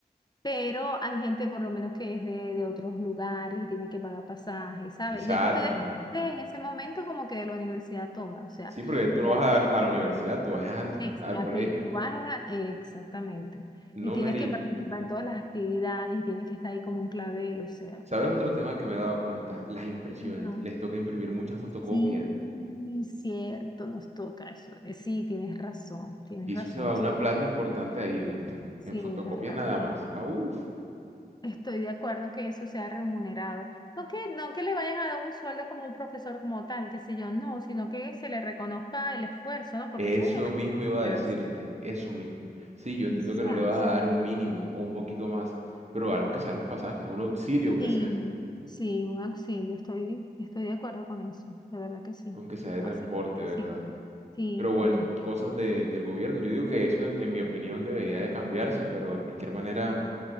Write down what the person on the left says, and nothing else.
Pero hay gente por lo menos que es de, de otros lugares y tiene que pagar pasajes, ¿sabes?
Y ya tú te desprendes en ese momento como que de la universidad toda, o sea,
ya,
exacto,
y tú vas a- exactamente.
Y tienes
que participar en todas las actividades y tienes que estar ahí como un clavel, o sea.
Ajá.
Sí, cierto, nos toca eso. Eh, Sí, tienes razón, tienes
razón.
Entonces,
Sí,
es verdad.
Estoy de acuerdo que eso sea remunerado. No que, no que le vayan a dar un sueldo como un profesor como tal, qué sé yo, no, sino que se le reconozca el esfuerzo, ¿no? Porque
eso es
un
esfuerzo.
Eso
se
hace.
Claro.
Sí,
sí, un auxilio. Estoy, estoy de acuerdo con eso. De verdad que sí.
Así
falta
siempre. Sí,
el transporte.